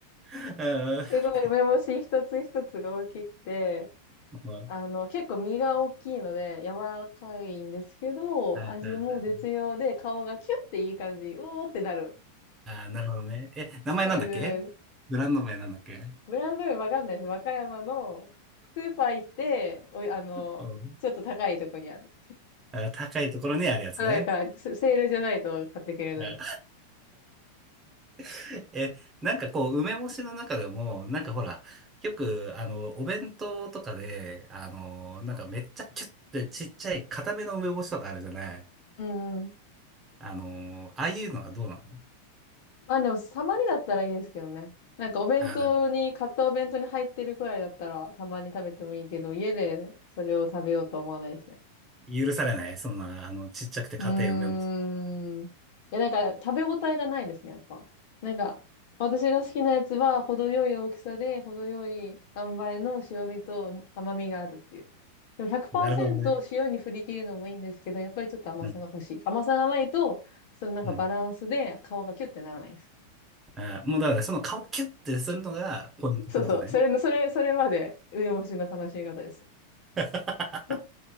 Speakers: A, on the right; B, on the left.
A: うん
B: すごい梅干し一つ一つが大きくて、
A: うん
B: あの、結構身が大きいので柔らかいんですけど、
A: あ
B: 味も絶妙で顔がキュッていい感じ、うおーってなる
A: あ、なるほどね。え、名前なんだっけブランド名なんだっけ
B: 感じです。ブランド名わかんないです。和歌山のスーパー行って、おい、あの、
A: うん。
B: ちょっと高いとこにある。
A: あ、高いところにあるやつね。
B: だから、セセールじゃないと買ってくれない。
A: あ <laughs> え、なんかこう、梅干しの中でも、なんかほら、よく、あの、お弁当とかで、あの、なんかめっちゃキュッてちっちゃい固めの梅干しとかあるじゃない。
B: うん。
A: あの、ああいうのはどうなの
B: まあ、でも、たまにだったらいいですけどね。なんか、お弁当に、
A: あ、
B: 買ったお弁当に入ってるくらいだったら、たまに食べてもいいけど、家でそれを食べようとは思わないですね。
A: 許されない。そんな、あの、ちっちゃくて硬い梅干し。
B: うーん。え、なんか、食べ応えがないですね、やっぱ。なんか、私が好きなやつは、程よい大きさで、程よい塩梅の塩味と甘みがあるっていう。でも100%
A: なるほどね。
B: 塩に振り切るのもいいんですけど、やっぱりちょっと甘さが欲しい。
A: うん
B: 甘さがないと、そのなんかバランスで顔がキュッてならないです。
A: うんあーもうだからその顔キュッてするのがポイントってことね。
B: そうそう。それの、それ、それまで梅干しの楽しみ方です。
A: <laughs>
B: <laughs> う